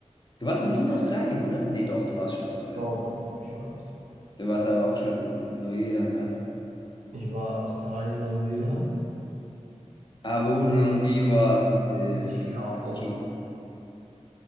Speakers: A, on the left; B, on the right.
A: Du warst noch nie in Australien, oder? Nee, doch, du warst schon in Australien.
B: Doch, doch, doch, ich war in Australien.
A: Du warst aber auch schon in Neuseeland, ne?
B: Ich war Australien, Neuseeland,
A: Aber wo du noch nie warst, ist
B: ist Japan.
A: Fidschi.